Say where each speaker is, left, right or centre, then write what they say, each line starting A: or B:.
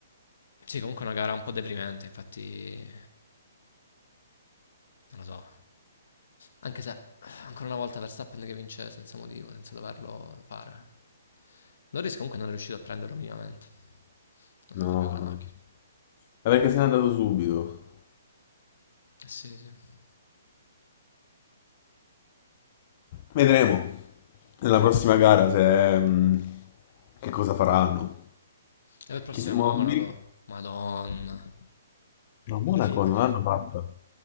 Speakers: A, on the left (about 65°); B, on the left (about 40°).
A: Sì, comunque è una gara un po' deprimente, infatti non lo so. Anche se ancora una volta Verstappen che vince senza motivo, senza doverlo fare. Norris comunque non è riuscito a prenderlo minimamente, nonostante
B: no,
A: abbia quella
B: no. no.
A: macchina.
B: Ma perché se n'è andato subito?
A: Eh sì, sì. E
B: Vedremo nella prossima gara se, mm, che cosa faranno.
A: per il prossimo
B: Chissà, mo-
A: è Monaco.
B: non mi ric-
A: Madonna.
B: No, Monaco
A: Alla fine?
B: non l'hanno fatta.